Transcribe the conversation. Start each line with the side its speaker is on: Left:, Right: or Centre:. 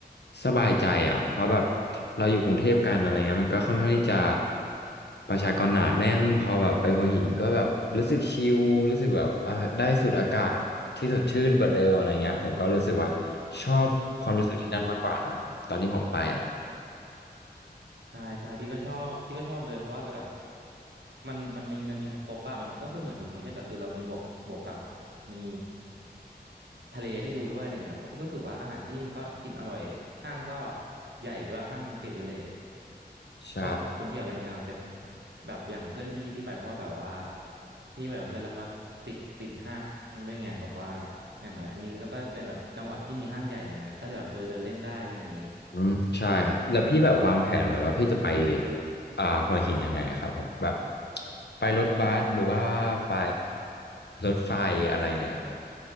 Left: สบายใจอ่ะเพราะแบบเราอยู่กรุงเทพกันอะไรเงี้ยมันก็ค่อนข้างที่จะประชากรหนาแน่นพอแบบไปหัวหินก็แบบรู้สึกชิลรู้สึกแบบเออได้สูดอากาศที่สดชื่นกว่าเดิมอะไรเงี้ยผมก็รู้สึกว่า
Right: ครับ
Left: ชอบความรู้สึกที่นั่นมากกว่านะตอนที่ผมไปอ่ะ
Right: อืม ใช่ใช่พี่ก็ชอบพี่ก็ชอบเลยเพราะว่าแบบมันมันมีมันมีครบอะมันก็คือเหมือนอยู่กรุงเทพแต่คือเรามีบวกบวกกับมีทะเลให้ดูด้วยอะไรเงี้ยเพราะพี่ก็รู้สึกว่าอาหารที่นี่มันก็กินอร่อยห้างก็ใหญ่ด้วยห้างมาร์เก็ตวิลเลจ
Left: ใช่
Right: ถ้าแบบว่าคนที่แบบยังเงาแต่แบบอย่างเพื่อนพี่ที่พี่ไปเพราะว่าแบบว่าพี่ไปกับเพื่อนแล้วเขาติดติดห้างด้วยไงแบบว่าอย่างน้อยอันนี้ก็เป็นแบบจังหวัดที่มีห้างใหญ่อะไรเงี้ยก็เลยแบบเออเดินเล่นได้อะไรอย่างงี้
Left: อืมใช่ครับแล้วพี่แบบวางแผนแบบว่าพี่จะไปอ่าหัวหินยังไงอะครับผมแบบไปรถบัสหรือว่าไปรถไฟอะไรไงอะครับ